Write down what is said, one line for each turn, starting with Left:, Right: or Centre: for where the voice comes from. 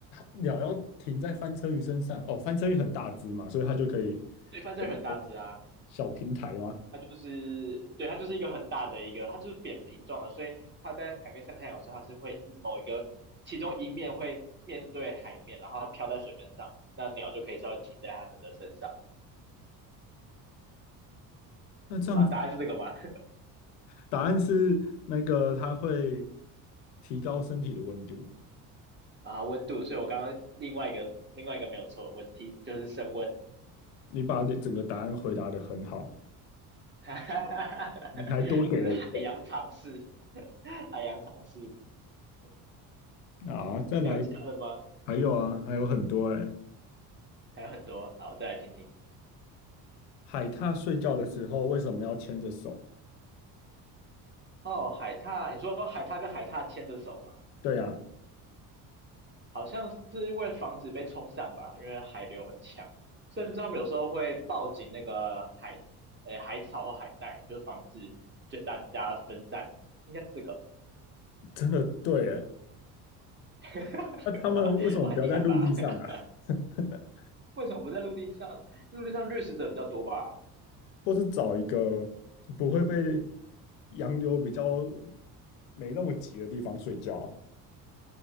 Left: 鸟要停在翻车鱼身上哦，翻车鱼很大只嘛，所以它就可以
Right: 对，反正很大只啊。
Left: 有一个小平台嘛。
Right: 它就是对，它就是一个很大的一个，它就是扁平状的，所以它在海面上太阳的时候，它是会某一个其中一面会面对海面，然后它飘在水面上，那鸟就可以稍微停在它们的身上，
Left: 那这样子
Right: 是吗？答案是这个吗？<laughs>
Left: 答案是那个它会提高身体的温度。
Right: 啊，温度，所以我刚刚另外一个另外一个没有错，问题就是升温，
Left: 你把你整个答案回答的很好，
Right: <laughs> 哈哈哈哈就是海洋常识，
Left: 你还多给了一个
Right: 海洋常识，嗯，
Left: 啊！再来，
Right: 还有其他的吗？
Left: 还有啊，还有很多哎、
Right: 还有很多，好，再来听听。
Left: 海獭睡觉的时候为什么要牵着手？
Right: 哦，海獭，你说海獭跟海獭牵着手吗？
Left: 对啊，
Right: 好像是为了防止被冲散吧，因为海流很强，甚至他们有时候会抱紧那个海，呃，海草或海带，就是防止就大家分散，应该是这个。
Left: 真的对哎、
Right: <laughs>
Left: 那他们为什么不要在陆地上啊？
Right: 我我很厉害吧？<laughs>
Left: <laughs>
Right: 为什么不在陆地上？陆地上掠食者比较多吧？
Left: 或是找一个不会被洋流比较没那么急的地方睡觉啊？